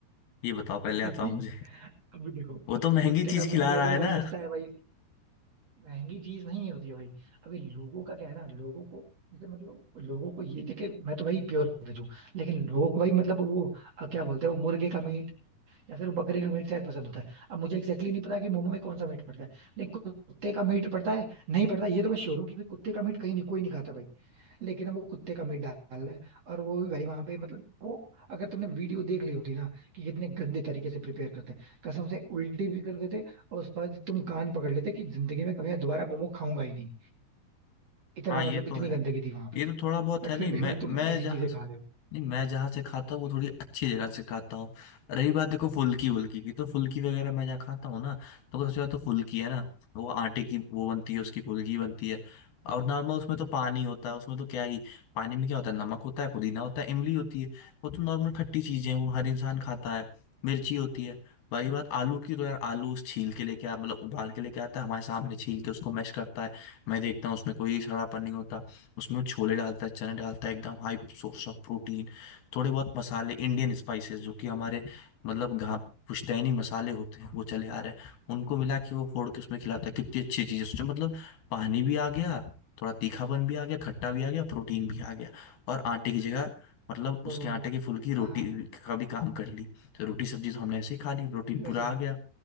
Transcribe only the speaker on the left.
ये बताओ
पहले आता हूँ मुझे
वो तो महंगी
चीज
खिला
रहा
है
ना
हाँ
ये तो
है
ये तो थोड़ा बहुत
है
नहीं
मैं
मैं
जहाँ
नहीं मैं जहाँ से खाता हूँ वो थोड़ी अच्छी जगह
से खाता हूँ रही बात देखो फुल्की वुल्की की तो फुल्की वगैरह मैं जहाँ खाता हूँ ना तो अगर सबसे ज्यादा तो फुल्की है ना वो आटे की वो बनती है उसकी फुल्की बनती है और नॉर्मल उसमें तो पानी होता है उसमें तो क्या ही पानी में क्या होता है नमक होता है पुदीना होता है इमली होती है वो तो नॉर्मल खट्टी चीजें हैं वो हर इंसान खाता है मिर्ची होती है बाकी बात आलू
की तो यार आलू उस छील के लेके आ मतलब उबाल के लेके आता है हमारे सामने छील के उसको मैश करता है मैं देखता हूँ उसमें कोई सड़ापन नहीं होता उसमें वो छोले डालता है चने डालता है एकदम हाई सोर्स ऑफ प्रोटीन थोड़े बहुत मसाले इंडियन स्पाइसेस जो कि हमारे मतलब घा पुश्तैनी मसाले होते हैं वो चले आ रहे हैं उनको मिला के वो फोड़ के उसमें खिलाता है कितनी अच्छी चीज़ है उसमें मतलब पानी भी आ गया थोड़ा तीखापन भी आ गया खट्टा भी आ गया प्रोटीन भी आ गया और आटे की जगह मतलब
उसके आटे की फुल्की रोटी
का भी काम कर ली तो रोटी सब्जी तो हमने ऐसे ही खा ली प्रोटीन
पूरा आ गया